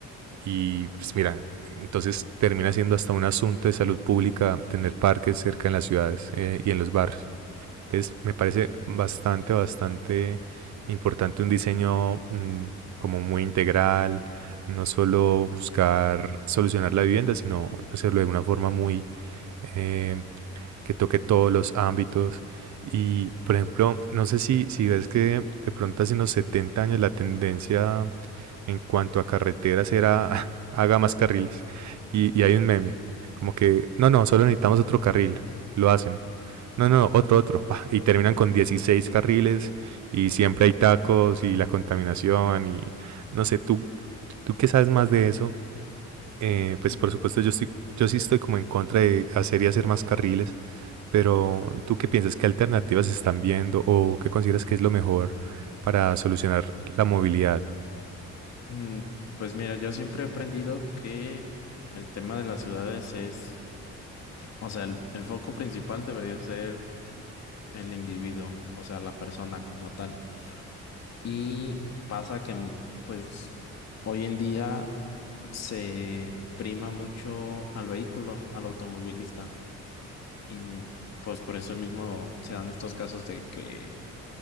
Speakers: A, on the right; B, on the left.
A: Y pues mira, entonces termina siendo hasta un asunto de salud pública tener parques cerca en las ciudades eh, y en los barrios. Entonces me parece bastante, bastante importante un diseño mm, como muy integral, no solo buscar solucionar la vivienda, sino hacerlo de una forma muy eh, que toque todos los ámbitos. Y, por ejemplo, no sé si, si ves que de pronto hace unos 70 años la tendencia en cuanto a carreteras era <laughs> haga más carriles. Y, y hay un meme, como que, no, no, solo necesitamos otro carril, lo hacen. No, no, otro, otro. <laughs> pa, Y terminan con 16 carriles y siempre hay tacos y la contaminación y no sé, tú, tú qué sabes más de eso, eh, pues
B: Mm.
A: por supuesto yo estoy, yo sí estoy como en contra de hacer y hacer más carriles, pero ¿tú qué piensas? ¿Qué alternativas están viendo o qué consideras que es lo mejor para solucionar la movilidad?
B: Mm, Pues mira, yo siempre he aprendido que el tema de las ciudades es, o sea, el, el foco principal debería ser el individuo, o sea, la persona como tal. Y pasa que, mm, pues, hoy en día se prima mucho al vehículo, al automovilista. Y mm, pues por eso mismo se dan estos casos de que